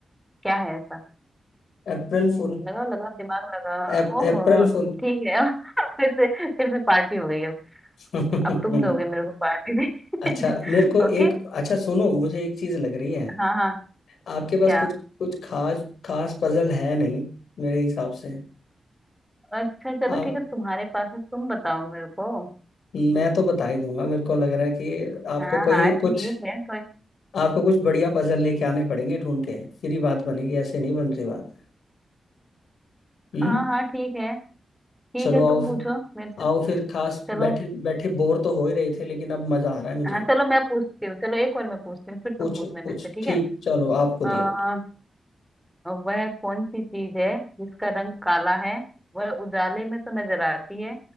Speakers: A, in the centre; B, on the left.
A: क्या है ऐसा
B: अप्रैल
A: हम्म,
B: फूल
A: लगाओ लगाओ दिमाग लगा
B: अप,
A: ओहो
B: अप्रैल फूल
A: ठीक है <laughs> फिर से फिर से पार्टी हो गई अब
B: <laughs>
A: अब तुम दोगे मेरे को पार्टी दे।
B: अच्छा
A: <laughs>
B: मेरे को
A: ओके
B: एक अच्छा सुनो मुझे एक चीज लग रही है
A: हाँ हाँ
B: आपके पास
A: क्या
B: कुछ कुछ खास खास पजल है नहीं मेरे हिसाब से
A: अच्छा चलो
B: आप
A: ठीक है तुम्हारे पास है तुम बताओ मेरे को
B: मैं तो बता ही दूंगा मेरे को लग रहा है कि आपको
A: हाँ
B: कोई
A: हाँ ठीक
B: कुछ
A: है कोई
B: आपको कुछ बढ़िया पजल लेके आने पड़ेंगे ढूंढ के फिर ही बात बनेगी ऐसे नहीं बन रही बात हम्म
A: हाँ हाँ ठीक है ठीक
B: चलो
A: है
B: आओ
A: तुम पूछो मेरे से
B: आओ फिर खास
A: चलो
B: बैठे बैठे बोर तो हो ही रहे थे लेकिन अब मजा आ रहा है मुझे
A: हाँ चलो मैं पूछती हूँ चलो एक और मैं पूछती हूँ फिर तुम
B: पूछो
A: पूछना
B: पूछ
A: मेरे से ठीक
B: ठीक
A: है
B: चलो आपको
A: अ,
B: दिया
A: और वह कौन सी चीज है जिसका रंग काला है वह उजाले में तो नजर आती है